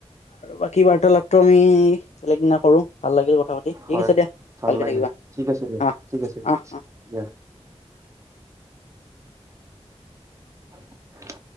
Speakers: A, on the left; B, on the right.
A: আৰু বাকী কি বাৰ্তালাপটো আমি বেলেগদিনা কৰোঁ ভাল লাগিল কথা পাতি, ঠিক
B: হয়
A: আছে দিয়া
B: ভাল
A: ভালকে
B: লাগিল
A: থাকিবা।
B: ঠিক আছে দিয়ক
A: অহ,
B: ঠিক আছে
A: অহ অ'।
B: দিয়া <unintelligible>